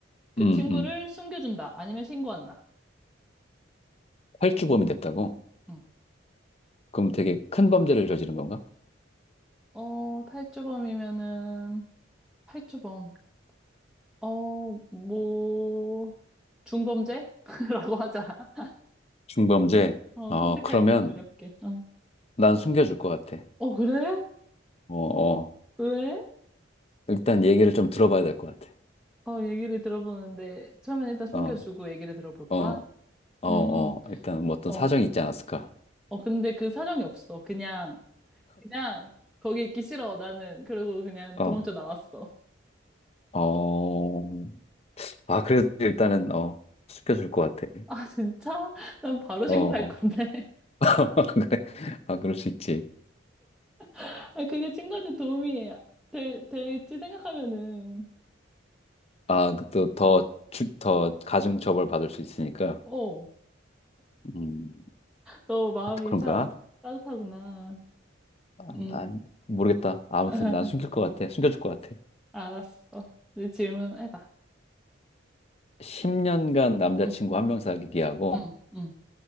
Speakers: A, in the centre; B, on the left.
A: 그
B: 음,
A: 친구를
B: 음.
A: 숨겨준다. 아니면 신고한다.
B: 탈주범이 됐다고?
A: 응.
B: 그럼 되게 큰 범죄를 저지른 건가?
A: 어, 탈주범이면은, 탈주범. 어, 뭐, 중범죄? <laughs> 라고 하자.
B: 중범죄?
A: 어,
B: 어,
A: 선택하기
B: 그러면
A: 어렵게. 어.
B: 난 숨겨줄 것 같아.
A: 어, 그래?
B: 어, 어.
A: 왜?
B: 일단 얘기를 좀 들어봐야 될 것 같아.
A: 어, 얘기를 들어보는데, 처음엔 일단 숨겨주고
B: 어,
A: 얘기를 들어볼 거야?
B: 어, 어,
A: 음,
B: 어. 일단 뭐 어떤
A: 어.
B: 사정이 있지 않았을까?
A: 어, 근데 그 사정이 없어. 그냥, 그냥, 거기 있기 싫어, 나는. 그리고 그냥
B: 어,
A: 도망쳐 나왔어.
B: 어. 아, 그래도 일단은, 어, 숨겨줄 것 같아.
A: 아, 진짜? 난 바로
B: 어,
A: 신고할 건데.
B: <laughs> 그래. 아, 그럴 수 있지.
A: <laughs> 아, 그게 친구한테 도움이 될, 될지 생각하면은.
B: 아, 그 또 더, 주, 더 가중처벌 받을 수 있으니까.
A: 어.
B: 음,
A: 너 마음이
B: 아 또 그런가?
A: 참 따뜻하구나.
B: 아,
A: 음,
B: 난 모르겠다. 아무튼
A: <laughs>
B: 난 숨길 것 같아. 숨겨줄 것 같아.
A: 알았어. 이제 질문해봐.
B: 10년간 남자친구
A: 응,
B: 한 명 사귀기 하고
A: 응, 응.